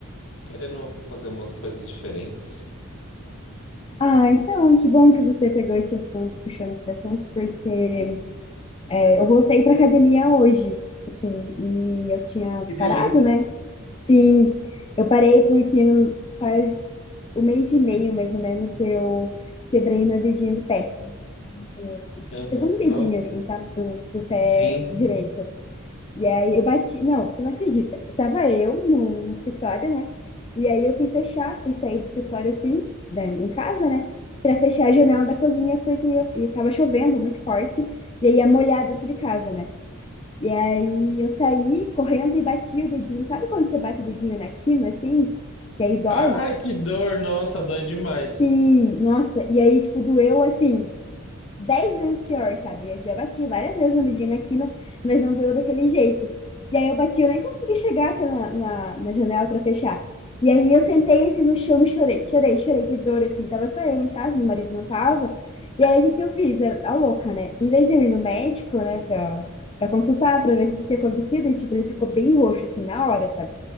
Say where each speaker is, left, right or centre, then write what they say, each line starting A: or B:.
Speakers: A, on the left; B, on the left.
A: Tô querendo fazer umas coisas diferentes.
B: Ah, então, que bom que você pegou esse assunto, puxou nesse assunto, porque é, eu voltei pra academia hoje, assim, e eu tinha
A: Que delícia.
B: parado, né? Sim, eu parei porque não- faz um mês e meio, mais ou menos, eu quebrei meu dedinho do pé. O
A: Aham,
B: o segundo dedinho,
A: nossa.
B: assim, sabe? Do, do pé
A: Sim.
B: direito. E aí eu bati. Não, você não acredita. Tava eu no, no escritório, né? E aí eu fui fechar, fui sair do escritório, assim, né, em casa, né? Pra fechar a janela da cozinha, porque ia- e tava chovendo muito forte. E aí ia molhar dentro de casa, né? E aí eu saí correndo e bati o dedinho. Sabe quando você bate o dedinho na quina, assim? Que aí dói?
A: Ai, que dor, nossa, dói demais.
B: Sim, nossa. E aí, tipo, doeu assim dez vezes pior, sabe? Eu já bati várias vezes na medida aqui, né? mas não doeu daquele jeito. E aí eu bati, eu nem consegui chegar até na, na, na janela para fechar. E aí eu sentei assim no chão e chorei, chorei, chorei de dor, assim. Tava só eu em casa, meu marido não tava. E aí o que que eu fiz? A, a louca, né? Em vez de eu ir no médico, né, pra, pra consultar, pra ver o que que tinha acontecido, e, tipo, ele ficou bem roxo, assim, na hora, sabe?